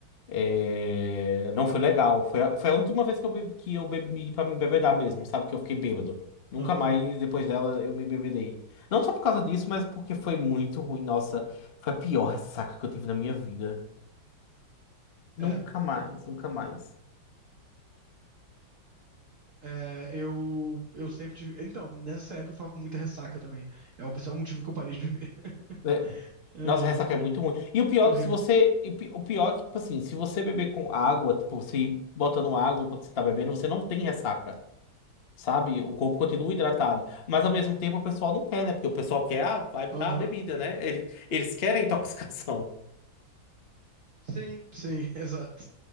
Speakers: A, on the left; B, on the right.
A: é, não foi legal. Foi a, foi a última vez que eu bebi, que eu bebi para me embebedar mesmo, sabe? Que eu fiquei bêbado. Nunca
B: Aham.
A: mais depois dela eu me embebedei. Não só por causa disso, mas porque foi muito ruim. Nossa, foi a pior ressaca que eu tive na minha vida. Nunca
B: É.
A: mais, nunca mais.
B: É, eu, eu sempre tive. Então, nessa época eu ficava com muita ressaca também. É um, esse é um motivo que eu parei de beber. <laughs>
A: É,
B: Ai,
A: Nossa, a ressaca
B: ai, cara.
A: é muito ruim. E o pior
B: É horrível.
A: é que se você. e pi- O pior é que, tipo assim, se você beber com água, tipo, você ir botando água enquanto você tá bebendo, você não tem ressaca, sabe? O corpo continua hidratado. Mas ao mesmo tempo o pessoal não quer, né? Porque o pessoal quer a vibe
B: Aham.
A: da bebida, né? Eles, eles querem a intoxicação.
B: Sim, sim, <laughs> exato.